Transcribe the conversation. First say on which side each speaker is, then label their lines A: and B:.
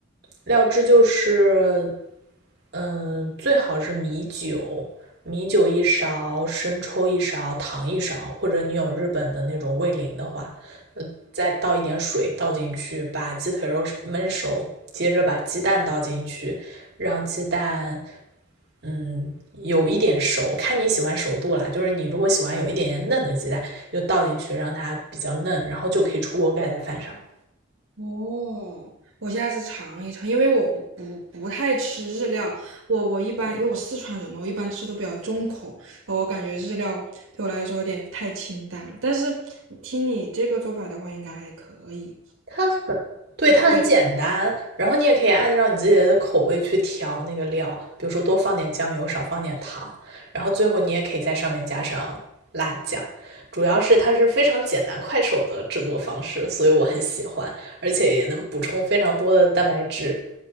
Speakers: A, on the right; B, on the right.
A: 料汁就是嗯、呃最好是米酒，米酒一勺，生抽一勺，糖一勺，或者你有日本的那种味淋的话，呃再倒一点水倒进去，把鸡腿肉焖熟，接着把鸡蛋倒进去，让鸡蛋嗯，有一点熟，看你喜欢熟度啦。就是你如果喜欢有一点点嫩的鸡蛋，就倒进去让它比较嫩，然后就可以出锅盖在饭上了。
B: 哦，我下次尝一尝，因为我不不不太吃日料，我我一般因为我四川人嘛，我一般吃都比较重口，呃我感觉日料对我来说有点太清淡了。但是听你这个做法的话，应该还可以，
A: 它很，对，
B: 是有味。
A: 它很简单。然后你也可以按照你自己的口味去调那个料，比如说多放点酱油，少放点糖。然后最后你也可以在上面加上辣酱。主要是它是非常简单快手的制作方式，所以我很喜欢，而且也能补充非常多的蛋白质。